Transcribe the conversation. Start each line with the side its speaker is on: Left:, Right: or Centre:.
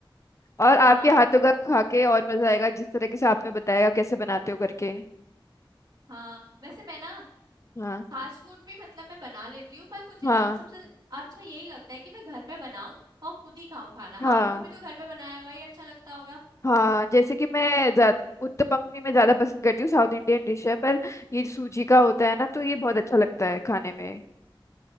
Left: और आपके
Right: हाँ
Left: हाथों का खा के और मजा आएगा जिस तरीके से आपने बताया कैसे बनाते हो करके
Right: हाँ वैसे मैं ना
Left: हाँ
Right: फास्ट फूड भी मतलब मैं बना लेती हूँ पर मुझे
Left: हाँ
Right: ना सबसे अच्छा यही लगता है कि मैं घर में बनाऊं और खुद ही खाऊं खाना
Left: हाँ
Right: आपको भी तो घर में बनाया हुआ ही अच्छा लगता होगा
Left: हाँ जैसे कि मैं ज्या- उत्तपम भी मैं ज्यादा पसंद करती हूँ साउथ इंडियन डिश है पर ये सूजी का होता है ना तो ये बहुत अच्छा लगता है खाने में